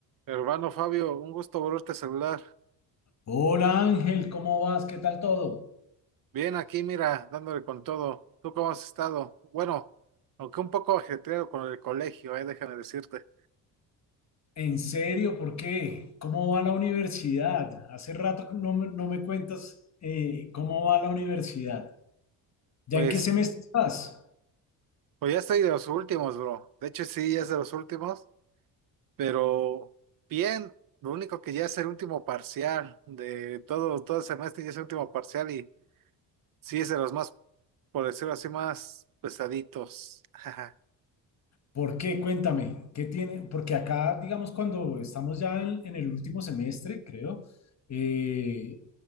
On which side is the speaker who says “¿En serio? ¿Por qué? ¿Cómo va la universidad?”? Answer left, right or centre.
Left